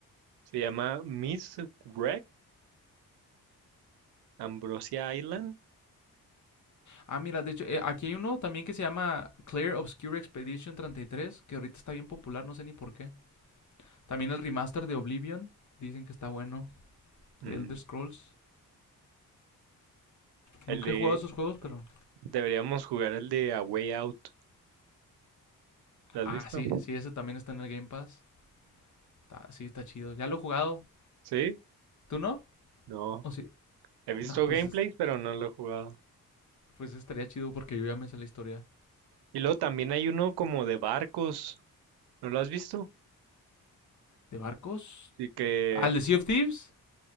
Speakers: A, on the right; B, on the left.
A: Se llama Miss Wreck, Ambrosia Island.
B: Ah, mira, de hecho, eh, aquí hay uno también que se llama Clear Obscure Expedition treinta y tres que ahorita está bien popular, no sé ni por qué. También el remaster de Oblivion, dicen que está bueno,
A: Mm,
B: de Elder Scrolls. Nunca
A: el de,
B: he jugado esos juegos, pero
A: deberíamos jugar el de A Way Out. ¿Lo
B: Ah,
A: has visto?
B: sí, sí, ese también está en el Game Pass. Está- sí, está chido. Ya lo he jugado.
A: ¿Sí?
B: ¿Tú no?
A: No.
B: ¿O sí?
A: He visto
B: No, pues,
A: gameplays,
B: es-
A: pero no lo he jugado.
B: pues estaría chido porque yo ya me sé la historia.
A: Y luego también hay uno como de barcos. ¿No lo has visto?
B: ¿De barcos?
A: Sí que
B: ¿Al de Sea of Thieves?